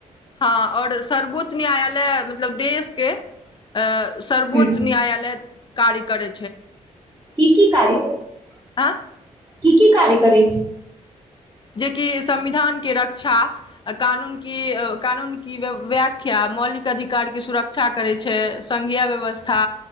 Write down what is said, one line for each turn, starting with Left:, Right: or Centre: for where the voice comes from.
Left: हँ और सर्वोच्च न्यायालय मतलब देश के अ सर्वोच्च
Right: ह
Left: न्यायालय कार्य करै
Right: की की कार्य करै छै
Left: आँय
Right: की की कार्य करै छै?
Left: जेकि संविधानके रक्षा कानून की कानून की व्याख्या मौलिक अधिकारके सुरक्षा करै छै संघीय व्यवस्था